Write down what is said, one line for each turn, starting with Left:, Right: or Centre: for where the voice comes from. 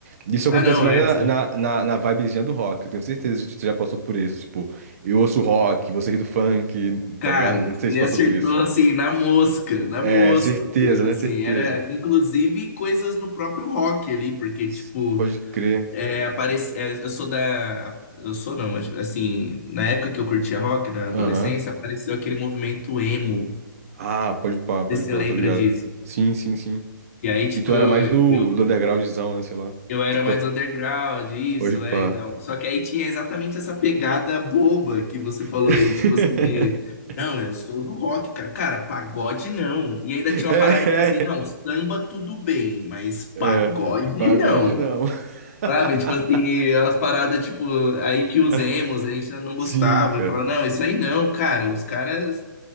Right: Isso acontece
Left: Ah, não,
Right: mais
Left: é,
Right: na,
Left: sim.
Right: na, na, na vibezinha do rock, eu tenho certeza que você já passou por isso. Tipo, eu ouço rock, vocês do funk,
Left: Cara,
Right: tá ligado? Não sei
Left: você
Right: se passou
Left: acertou
Right: por isso.
Left: assim na mosca, na
Right: É,
Left: mosca,
Right: certeza,
Left: mesmo,
Right: né?
Left: assim,
Right: Certeza.
Left: era inclusive coisas no próprio rock ali, porque
Right: S-
Left: tipo,
Right: Pode crer.
Left: é, aparece, é, eu sou da, eu sou não, mas assim, na época que eu curtia rock, na adolescência,
Right: Aham.
Left: apareceu aquele movimento emo, não
Right: Ah, pode pá, pode
Left: sei se você
Right: pá,
Left: lembra
Right: tô ligado.
Left: disso?
Right: Sim, sim, sim.
Left: E aí, tipo,
Right: E tu era mais do,
Left: eu,
Right: do undergroundzão, né? Sei lá.
Left: Eu era
Right: Tipo,
Left: mais underground, isso,
Right: pode pá.
Left: é, então. Só que aí tinha exatamente essa pegada boba que você falou
Right: <laughs>
Left: aí, tipo assim, não, eu sou do rock, cara. Cara, pagode não. E ainda tinha
Right: É.
Left: uma parada, tipo assim, não, samba tudo bem, mas pagode
Right: É, pagode
Left: não.
Right: não. <laughs>
Left: Sabe? Tipo assim, as paradas, tipo, aí que os
Right: É,
Left: emos, a gente não gostava.
Right: Sim, cara.
Left: E falava, não, isso aí não, cara, os caras